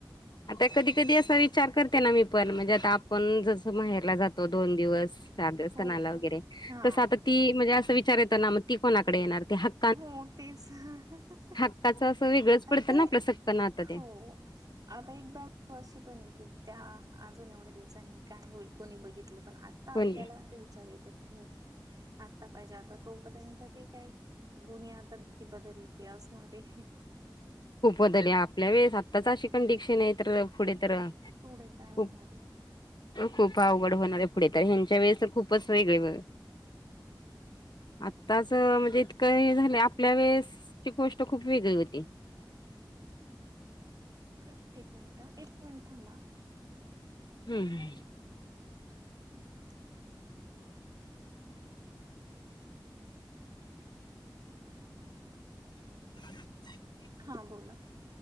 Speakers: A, on the left; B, on the right.
A: आता कधी, कधी असा विचार करते ना मी पण म्हणजे आता आपण जसं, माहेरला जातो दोन दिवस जातो
B: हो
A: सणाला
B: हो.
A: वैगरे,
B: हा
A: तसं आता ती म्हणजे असं विचार येतं ना मग ती कोणाकडे येणार ती हक्
B: हो तेच हं हं
A: हक्काचं असं वेगळंच पडतं
B: आता
A: ना आपलं सक्क नातं
B: हो
A: ते
B: आता एक बाजु अशी पण आहे, की त्या अजून एवढ्या दिवसांनी काय होईल कोणी बघितलं पण आ आता
A: पण
B: आपल्याला असे विचार येता की नाही आत्ता पाहिजे आता तोपर्यंत ते काय दुनिया तर किती बदललेली असणार हे.
A: खूप बदल आहे आपल्या वेळेस आत्ताच अशी कंडिकशन आहे तर पुढे तर
B: पुढे काय होणारये?
A: खूप खूप अवघड होणार आहेे पुढे तर ह्यांच्या वेळेस खूपच वेगळे वे <inaudible> आत्ताच म्हणजे इतकं हे झालं आपल्या वेळेसची गोष्ट खूप वेगळी होती.
B: करते एक मिनटं एक मिनिट थांबा.
A: हम् ह
B: <unintelligible>
A: <inaudible>
B: हां बोला